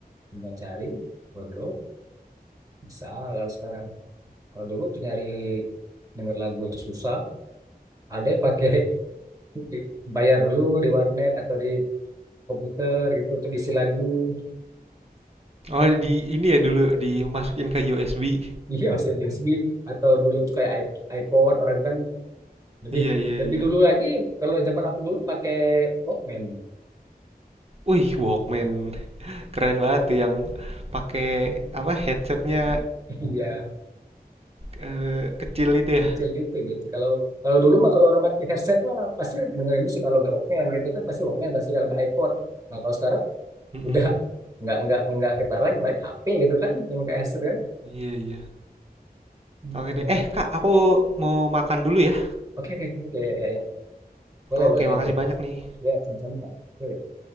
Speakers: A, on the right; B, on the right.
A: tinggal cari, download, bisa kalau sekarang. Kalau dulu tuh nyari denger lagu itu susah. Ada yang pakai <laughs> bayar dulu di warnet atau di komputer gitu untuk isi lagu. <laughs>
B: Oh di ini ya dulu dimasukin ke USB.
A: Iya, masuk USB atau dulu tuh kayak i- iPod orang kan lebih
B: Iya iya
A: lebih
B: iya.
A: dulu lagi kalau zaman aku dulu pakai Walkman.
B: Wih Walkman keren banget tuh yang pakai
A: <laughs>
B: apa headsetnya
A: Iya.
B: eh, kecil itu ya.
A: kecil gitu gitu kalau kalau dulu mah kalau orang pakai headset mah pasti dengerin musik kalau nggak Walkman gitu kan pasti Walkman pasti kalau nggak iPod nah kalau sekarang
B: Mm-mm.
A: udah <laughs> nggak nggak nggak ketaruh lagi paling HP gitu kan yang pakai headset kan
B: Iya iya.
A: Mm-mm.
B: Oke deh. Eh Kak, aku mau makan dulu ya.
A: oke oke oke ya ya ya boleh
B: Oke,
A: boleh
B: makasih
A: oke
B: banyak nih.
A: ya teman-teman oke